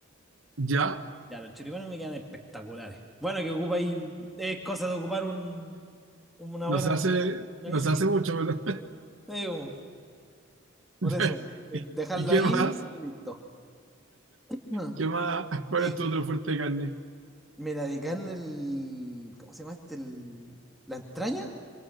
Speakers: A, on the right; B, in the centre.
A: Ya.
B: Ya, los choripanes me quedan espectaculares. Bueno, que ocupa ahí. Es cosa de ocupar un, una
A: Nos
B: buena
A: hace,
B: nariz
A: nos
B: y
A: hace
B: listo.
A: mucho, pero-
B: Sí, como, por
A: <laughs>
B: eso. eh,
A: ¿Y,
B: Dejarlo
A: y qué
B: ahí
A: más?
B: y listo. <clears throat> Ah,
A: ¿Qué más? ¿Cuál
B: eh,
A: es tu otro fuerte de carne?
B: mira, de carne el. ¿Cómo se llama este? El- la entraña.